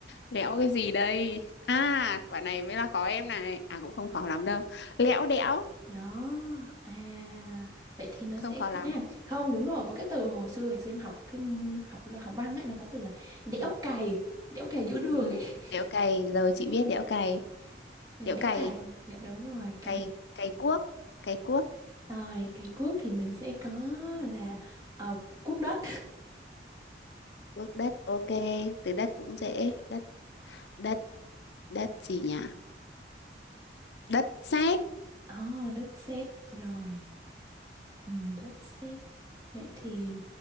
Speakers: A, on the left (about 65°); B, on the right (about 20°).
A: lẽo cái gì đây à quả này mới là khó em này à cũng không khó lắm đâu lẽo đẽo
B: đó à vậy thì nó
A: không
B: sẽ
A: khó lắm
B: à không đúng rồi có cái từ hồi xưa ngày xưa em học cái m- học là học văn ấy nó có từ là đẽo
A: ừ.
B: cày đẽo cày giữa đường
A: ừ.
B: ấy <laughs>
A: đẽo cày rồi chị
B: đúng rồi
A: biết đẽo cày
B: Ừ,
A: đẽo
B: đẽo
A: cày
B: cày dạ đúng rồi cày
A: cày cày cuốc cày cuốc
B: rồi cày cuốc thì mình sẽ có là uh, cuốc đất
A: cuốc đất ok từ đất cũng dễ đất đất đất gì nhỉ đất sét
B: <laughs> oh, đất sét rồi ừ, đất sét vậy thì